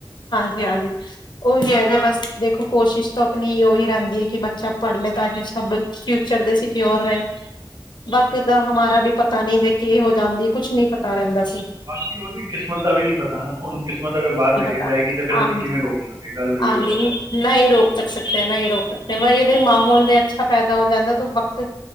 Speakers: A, on the left; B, on the right.
A: ਹਾਂਜੀ,
B: ਹਾਂ
A: ਹਾਂਜੀ। ਉਹੀ
B: ਸਹੀ
A: ਹੈ ਜੇ ਬਸ ਦੇਖੋ ਕੋਸ਼ਿਸ਼ ਤਾਂ ਆਪਣੀ ਉਹੀ ਰਹਿੰਦੀ ਹੈ ਕਿ ਬੱਚਾ ਪੜ੍ਹ ਲਏ ਤਾਂ ਕਿ ਸਭ ਫਿਊਚਰ ਦੇ ਸਿਕਿਓਰ ਹੈ।
B: ਹੈ।
A: ਬਾਕ ਦਾਂ ਹਮਾਰਾ ਵੀ ਪਤਾ ਨੀ ਦੇ ਕੇ ਹੋ ਜਾਂਦੀ ਕੁਛ ਨੀ ਪਤਾ ਰਹਿੰਦਾ ਸੀ।
B: ਬਾਕੀ ਉਹਦੀ ਕਿਸਮਤ ਦਾ ਵੀ ਨੀ ਪਤਾ ਨਾ ਉਹਨੂੰ ਕਿਸਮਤ ਅਗਰ ਬਾਹਰ ਲੈ ਕੇ।
A: ਹਾਂਜੀ
B: ਜਾਏਗੀ ਤੇ ਫਿਰ ਅਸੀਂ ਕਿਵੇਂ ਰੋਕ ਲਾਂਗੇ ਗੱਲ ਹੋਈ
A: ਹਾਂਜੀ
B: ਹੋਏ ਨਾ ਸਾਰੀ
A: ਨਹੀਂ ਰੋਕ ਸਕ ਸਕਦੇ ਨਹੀਂ ਰੋਕ ਸਕਦੇ ਵ। ਮਾਹੌਲ ਦੇ ਅੱਛਾ ਪੈਦਾ ਹੋ ਜਾਂਦਾ ਤੇ ਵਕਤ